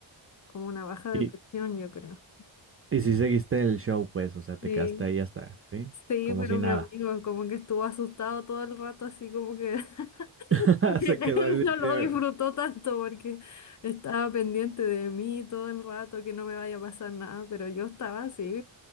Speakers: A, on the left (about 40°); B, on the right (about 30°).
A: como una baja
B: Y,
A: depresión, yo creo.
B: y sí seguiste el show, pues, o sea, te
A: Sí.
B: quedaste ahí hasta, ¿sí?
A: Sí,
B: Como
A: pero
B: si nada.
A: mi amigo como que estuvo asustado todo el rato, así como que <laughs>
B: <laughs>
A: él
B: Se quedó ahí de
A: no lo
B: que.
A: disfrutó tanto porque estaba pendiente de mí todo el rato, que no me vaya a pasar nada, pero yo estaba así